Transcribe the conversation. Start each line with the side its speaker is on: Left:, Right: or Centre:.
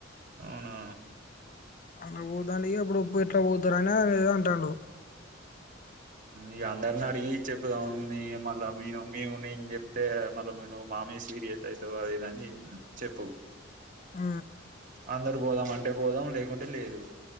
Right: అవునా
Left: అలా పోదానికి అప్పుడుప్పు ఇట్లా పోతారుని ఆది ఇది అంటాడు
Right: ఇగ అందరిని అడిగి చెపుదాము మీ మళ్ళా మీ మమ్మీ ను నేను చెప్తే మల నువు మా మీద సీరియస్ అయితవ్ అదీ ఇదీ చెప్పు
Left: ఆ
Right: అందరు పోదాం అంటే పోదాం లేకుంట లేకుంటే లేదు